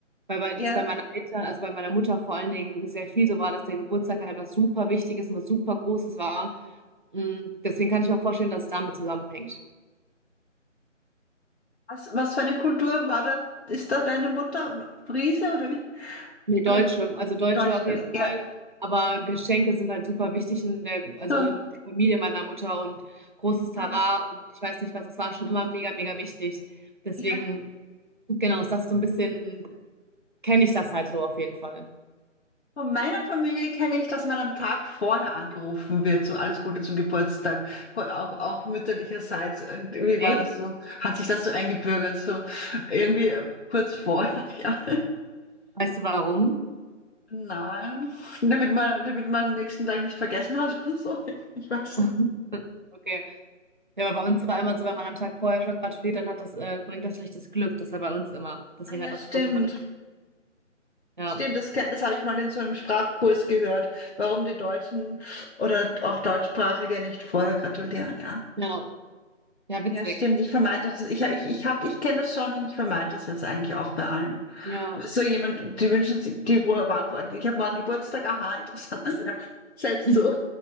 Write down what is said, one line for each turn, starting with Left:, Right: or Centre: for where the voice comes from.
Right: weil bei, das
Left: ja.
Right: bei meinen Eltern, also bei meiner Mutter vor allen Dingen sehr viel so war, dass der Geburtstag halt was super Wichtiges und was super Großes war. Mm, Deswegen kann ich mir auch vorstellen, dass es damit zusammenhängt.
Left: Was, was für eine Kultur war da? Ist da deine Mutter Friese oder wie?
Right: Nee, Deutsche,
Left: Oder
Right: also Deutsche
Left: Deutsch?
Right: auf jeden Fall.
Left: Ja,
Right: Aber Geschenke sind halt super wichtig in der, also
Left: so.
Right: in der Familie meiner Mutter und großes Tara
Left: Ah,
Right: und ich weiß nicht was, es war schon immer mega, mega wichtig. Deswegen,
Left: Ja,
Right: genau, ist das so ein bisschen, kenne ich das halt so auf jeden Fall.
Left: von meiner Familie kenne ich, dass man am Tag vorher angerufen wird, so alles Gute zum Geburtstag, Von- auch, auch mütterlicherseits. Und Wie
Right: Echt?
Left: war das so? Hat sich das so eingebürgert, so irgendwie äh, kurz vorher? <laughs> Ja.
Right: Weißt du warum?
Left: Nein, damit man, damit man am nächsten Tag nicht vergessen hat oder so. <laughs> Ich weiß
Right: <laughs>
Left: nicht.
Right: Okay. Ja, aber bei uns war immer so, wenn man am Tag vorher schon gratuliert, dann hat das, äh, bringt das schlechtes Glück. Das war bei uns immer. Deswegen
Left: Ah ja,
Right: hat das
Left: stimmt.
Right: dort immer das. Ja.
Left: Stimmt, das, ke- das habe ich mal in so einem Sprachkurs gehört, warum die Deutschen oder auch Deutschsprachige nicht vorher gratulieren. Ja.
Right: Ja. Ja, witzig.
Left: Ja, stimmt. Ich vermeide das. Ich, ich, ich hab, ich kenne das schon und ich vermeide das jetzt eigentlich auch bei allen.
Right: Ja.
Left: so jemand, die wünschen sich, die wo- wo- ich habe morgen Geburtstag, aha, <laughs> interessant. Ja, Selbst
Right: <laughs>
Left: so,